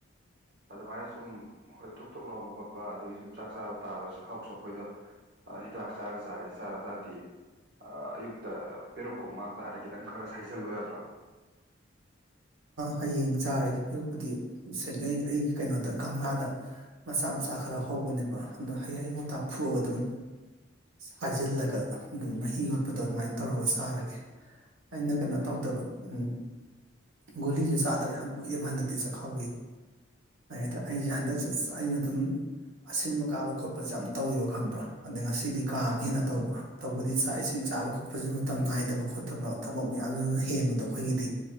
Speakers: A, on the right; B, on the right.
A: ꯑꯗꯨꯃꯥꯏꯅ ꯁꯨꯝ ꯍꯈꯣꯏ ꯊꯨꯛ ꯊꯣꯛ ꯂꯥꯎꯕ ꯈꯣꯠꯄ ꯑꯗꯒꯤ ꯁꯨꯝ ꯆꯥꯛ ꯆꯥꯕ ꯇꯥꯕ ꯆꯥꯛꯈꯥꯎ ꯁꯣꯛꯄꯩꯗ ꯍꯤꯗꯥꯛ ꯆꯥꯔ ꯆꯥꯔꯦ ꯆꯥꯔ ꯇꯥꯗꯤ ꯑꯌꯨꯛꯇ ꯄꯦꯔꯨꯛꯀꯨꯝ ꯃꯗ ꯍꯥꯏꯥꯟꯔ ꯈꯤꯇꯪ ꯈꯔ ꯁꯥꯏꯖꯜꯂꯨ ꯌꯥꯗ꯭ꯔꯣ
B: ꯍꯌꯦꯡ ꯆꯥꯔꯒꯦ ꯄꯤꯔꯛꯄꯨꯗꯤ ꯑꯩ ꯑꯩꯒꯤ ꯀꯩꯅꯣꯗ ꯒꯝꯂꯥꯗ ꯃꯆꯥ ꯃꯥꯛ ꯈꯔ ꯍꯧꯕꯅꯦꯕ ꯑꯗꯣ ꯍꯌꯦꯌꯨꯇꯥꯥꯛ ꯐꯨꯑꯒ ꯑꯗꯨꯝ ꯍꯥꯏꯖꯤꯜꯂꯒ ꯑꯗꯨꯝ ꯃꯍꯤ ꯌꯣꯠꯄꯗꯣ ꯑꯗꯨꯃꯥꯏꯅ ꯇꯧꯔꯒ ꯁꯥꯔꯒꯦ ꯑꯩꯅ ꯀꯩꯅꯣ ꯇꯧꯗꯕ ꯎꯝ ꯒꯣꯂꯤꯁꯦ ꯆꯥꯗꯕ ꯌꯥꯝ ꯀꯨꯏꯗꯦꯕ ꯍꯟꯗꯛꯇꯦ ꯆꯈꯥꯎꯒꯤ ꯗ ꯑꯩꯁꯦ ꯍꯟꯗꯛꯁꯦ ꯑꯩꯅ ꯑꯗꯨꯝ ꯑꯁꯤꯟꯕ ꯀꯥꯕ ꯈꯣꯠꯄꯁꯦ ꯌꯥꯝ ꯇꯧꯋꯦꯕ ꯈꯪꯕ꯭ꯔꯥ ꯑꯗ ꯉꯁꯤꯗꯤ ꯀꯥ ꯑꯃ ꯍꯦꯟꯅ ꯇꯧꯕ ꯇꯧꯕꯗꯤ ꯆꯥꯛ ꯏꯁꯤꯡ ꯆꯥꯕ ꯈꯣꯠꯄꯁꯨ ꯃꯇꯝ ꯅꯥꯏꯗꯕ ꯈꯣꯠꯇꯕ ꯊꯕꯛ ꯃꯌꯥꯝꯁꯤꯅ ꯍꯦꯟꯕꯗꯣ ꯑꯩꯈꯣꯏꯒꯤꯗꯤ